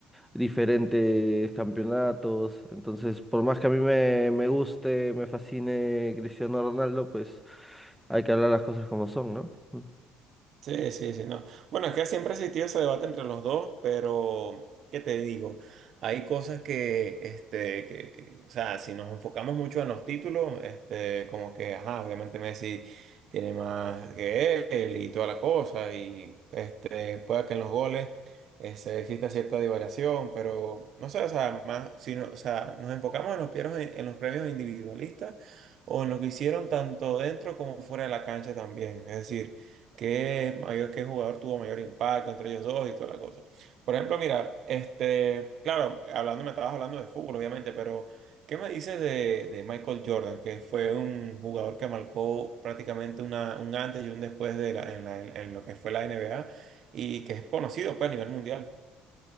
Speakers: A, in the centre; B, on the right.
A: diferentes campeonatos. Entonces, por más que a mí me, me guste, me fascine Cristiano Ronaldo, pues hay que hablar las cosas como son, ¿no? Mm.
B: Sí, sí, sí, no. Bueno, es que siempre ha existido ese debate entre los dos, pero ¿qué te digo? Hay cosas que, este, que, que, o sea, si nos enfocamos mucho en los títulos, este, como que, ajá, obviamente Messi tiene más que él y toda la cosa, y este, pueda que en los goles este, exista cierta divariación, pero no sé, o sea, más, si no- o sea, nos enfocamos en los premios, en los premios individualistas o en lo que hicieron tanto dentro como fuera de la cancha también, es decir qué mayor, qué jugador tuvo mayor impacto entre ellos dos y toda la cosa. Por ejemplo, mira, este, claro, hablando, me estabas hablando de fútbol, obviamente, pero ¿qué me dices de, de Michael Jordan, que fue un jugador que marcó prácticamente una, un antes y un después de la, en la- en lo que fue la NBA y que es conocido pues, a nivel mundial?